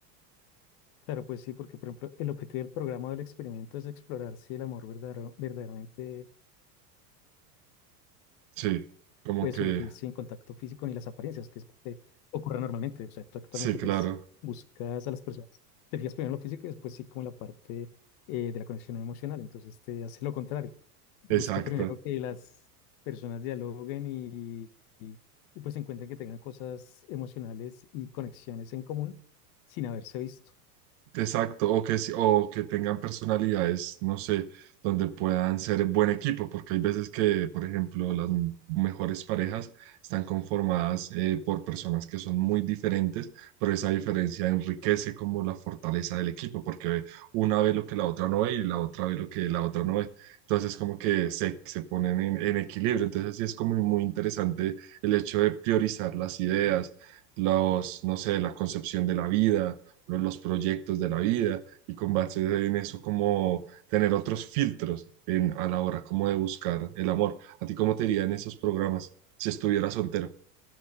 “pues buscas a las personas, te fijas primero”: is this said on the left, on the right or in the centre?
Left